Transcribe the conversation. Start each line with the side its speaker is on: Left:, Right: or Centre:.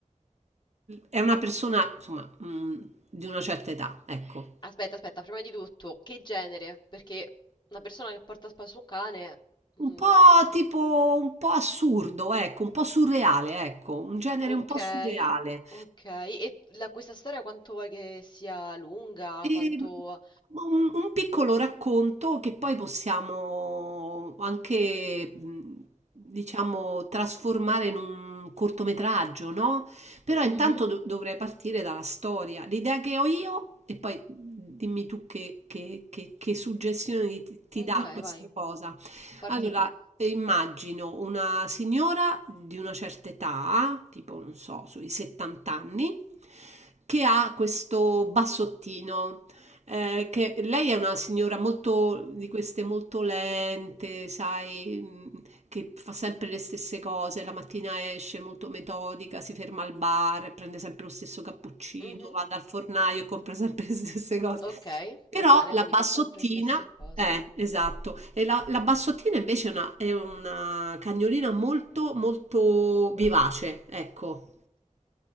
Right: è una persona, insomma, mh, di una certa età, ecco.
Left: Aspetta, aspetta, prima di tutto, che genere? Perché una persona che porta a spasso un cane... mm,
Right: Un po' tipo un po' assurdo, ecco, un po' surreale, ecco, un genere
Left: ok,
Right: un po' surreale.
Left: ok. E la- questa storia quanto vuoi che sia lunga?
Right: Ehm,
Left: Quanto...
Right: ma un, un piccolo racconto che poi possiamo anche, mh, diciamo, trasformare in un cortometraggio, no? Però
Left: Mhm,
Right: intanto Mhm. do- dovrei partire dalla storia, l'idea che ho io, e poi mhmm, dimmi tu che, che- che- che suggestione ti, ti dà
Left: Ok,
Right: questa
Left: vai,
Right: cosa.
Left: parti
Right: Allora,
Left: tu.
Right: eh, immagino una signora di una certa età, tipo, non so, sui 70 anni, che ha questo bassottino. eh, che lei è una signora molto di queste molto lente, sai, mm, che fa sempre le stesse cose, la mattina esce molto metodica, si ferma al bar, prende sempre lo stesso cappuccino,
Left: Mhm,
Right: va dal fornaio e compra sempre le stesse cose.
Left: Ok,
Right: Però
Left: va bene,
Right: la
Left: quindi
Right: bassottina,
Left: fa sempre le stesse cose.
Right: eh, esatto, e la, la bassottina invece è una, è una cagnolina molto, molto vivace, ecco.